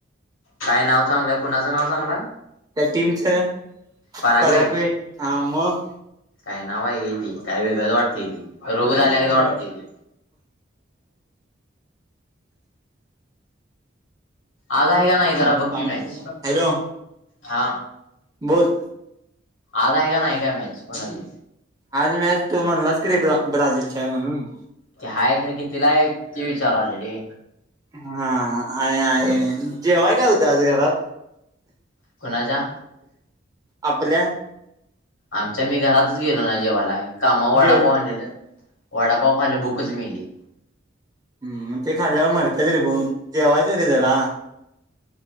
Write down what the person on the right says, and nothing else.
त्या टीमच! <unintelligible>
हा मग
हॅलो
बोलं
आज मॅच तू म्हणलास की नाही. ब्रा ब्राझीलची आहे म्हणून.
हा, आहे आहे. जेवाय काय होत आज घरात?
आपल्या
जेवल
हम्, ते खाल्ल्यावर मरतेच रे, भूक जेवायचं रे जरा.